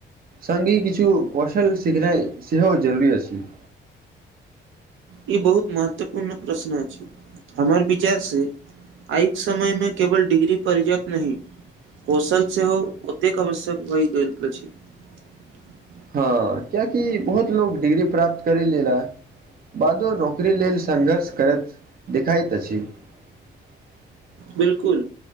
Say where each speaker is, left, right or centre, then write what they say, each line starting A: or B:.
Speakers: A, on the right (about 50°); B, on the right (about 80°).
A: सङ्गी किछु कौशल सिखनाइ सेहो जरूी अछि। <unintelligible>
B: ई बहुत महत्वपूर्ण प्रश्न अछि हमर विचार से आइके समय मे केवल डिग्री पर्याप्त नहिी कौशल सेहो ओतेक आवश्यक होहि गेल अछि। <unintelligible>
A: हँ कियकि बहुत लोको डिग्री प्राप्त करि लेला बादो नौकरी लेल संघर्ष करैत देखाइत अछि। <unintelligible>
B: बिलकुल